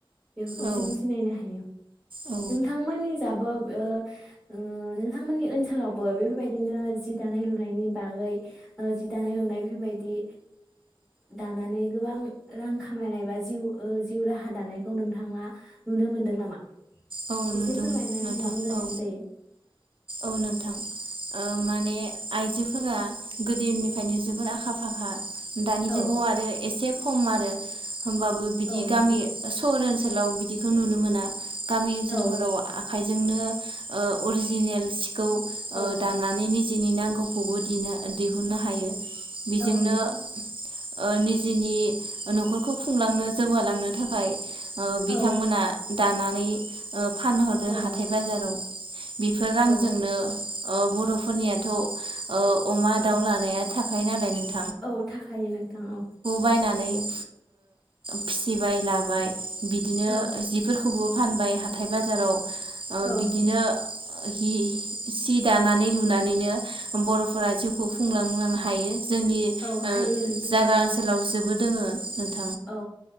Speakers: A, in the centre; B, on the right.
A: बेफोरखौ
B: औ
A: जों स सिनायनो हायो।
B: औ
A: नोंथांमोननि जाबो ओ ओ नोंथांमोननि ओनसोलावबो बेफोरबायदिनो जि दानाय लुनायनि बागै ओ जि दानाय लुनाय बेफोरबायदि दानानै गोबां रां खामायनाय बा जिउ ओ जिउ राहा दानायखौ नोंथाङा नुनो मोनदों नामा?
B: औ नुदों
A: एसे फोरमायना
B: नोंथां।
A: होबा मोजांसिन
B: औ
A: जायो
B: औ नोंथां ओ मा ने आइजोफोरा गोदोनिफ्रायनो जोबोर आखा फाखा दानि
A: औ
B: जुगाव आरो एसे खम आरो होमबाबो बिदि
A: औ नोंथां
B: गामि सहर ओन ओनसोलाव बिदिखौ नुनो मोना। गामि ओनसोलफोराव
A: औ
B: आखाइ जोंनो ओ अरजिनेल सि खौ ओ
A: औ
B: दानानै नि दिनि नांगौखौबो दिना दिहुननो हायो बेजोंनो
A: औ नोंथां
B: ओ निजिनि नखरखौ खुंलांनो जौगालांनो थाखाय ओ बिथांमोना
A: औ
B: दानानै ओब फानहरो
A: औ
B: हाथाय
A: नोंथां
B: बाजाराव बेफोर रांजोंनो
A: औ
B: ओ बर'फो फोरनियाथ ओ अमा दाउ लानाया थाखायो नालाय नों
A: औ थाखायो नोंथां औ
B: बायनानै ओ फिसिबाय लाबाय बिदिनो
A: औ
B: जिफोरखौबो फानबाय हाथाय बाजाराव ओ
A: औ
B: बिदिनो ओ हि सि दानानै लुनानैनो बर 'फोरा जिउखौ खुंलांनो हायो जोंनि
A: औ
B: ओ
A: हायो नोंथां
B: जागा
A: औ
B: ओन्सोलाव जोबोद दोङो नोंथा
A: औ